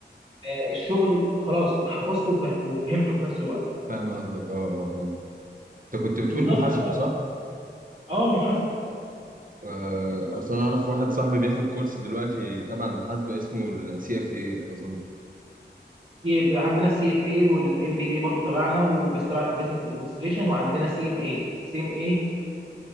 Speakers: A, on the right (about 30°); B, on the right (about 45°).
A: آه، الشغل خلاص انت حفظته وفه- وفهمته في نفس الوقت
B: فاهم قصدك اه اه فاهم انت كنت بتقول
A: بالظبط
B: محاسبه صح؟
A: اه محاسبه
B: آه اصل انا اعرف واحد صاحبي بياخد كورس دلوقتي تبع المحاسبه اسمه السي اف اي اظن
A: في عندنا السي اف اي والام بي اي برضو تبعنا وبس تبع بزنس ادمنستريشن وعندنا سي ام اي سي ام اي